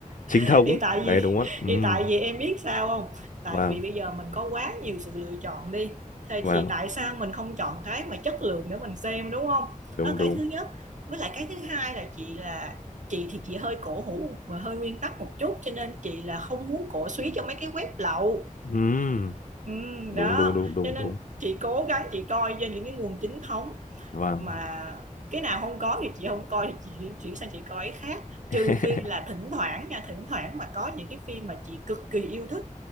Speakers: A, on the left; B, on the right.
A: chính
B: <laughs>
A: thống
B: thì tại
A: đấy
B: vì
A: đúng không ạ
B: <laughs>
A: Ừm,
B: thì tại vì em biết sao không tại
A: vâng
B: vì bây giờ mình có quá nhiều sự lựa chọn đi thì,
A: vâng
B: thì tại sao mình không chọn cái mà chất lượng để mình xem đúng không
A: đúng
B: đó là
A: đúng
B: cái thứ nhất với lại cái thứ hai là chị là chị thì chị hơi cổ hủ và hơi nguyên tắc một chút cho nên chị là không muốn cổ suý cho mấy cái web lậu
A: Ừm,
B: Ừ,
A: đúng
B: đó
A: đúng đúng đúng
B: cho nên
A: đúng
B: chị cố gắng chị coi trên những cái nguồn chính thống
A: vâng
B: mà cái nào không có thì chị không coi thì chị chuyển chuyển sang chị coi cái khác trừ
A: <laughs>
B: phi là thỉnh thoảng nha thỉnh thoảng mà có những cái phim mà chị cực kỳ yêu thích